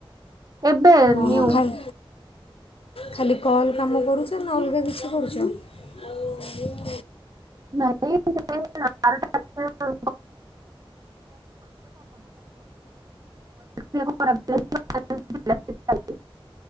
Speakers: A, on the right (about 40°); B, on the left (about 75°).
A: ଏବେ
B: ମୁଁ
A: ନ୍ୟୁ
B: ଖାଇଲ ଖାଲି କଲ୍ କାମ କରୁଛ ନା ଅଲଗା କିଛି କରୁଛ
A: ନାହିଁ କେ ବାରଟା <inaudible> ଏଇ <inaudible> ମୋବାଇଲ <inaudible>